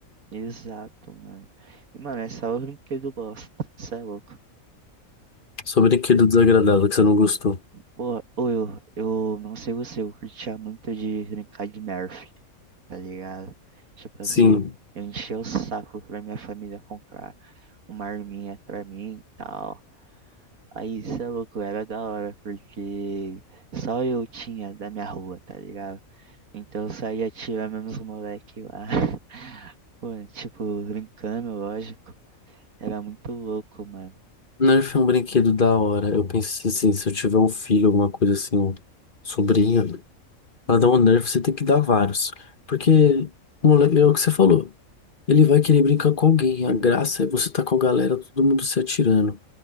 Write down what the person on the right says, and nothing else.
Exato, mano. E, mano, essa é a única que eu gosto. Isso é louco.
Pô, ô, eu, eu não sei você, eu curtia muito de brincar de Nerf, tá ligado? Tipo
assim, eu enchia o saco pra minha família comprar uma arminha pra mim e tal. Aí, isso é louco, era da hora, porque só eu tinha da minha rua, tá ligado? Então eu saía atirando nos moleque lá. <laughs> Pô, tipo, brincando, lógico. Era muito louco, mano.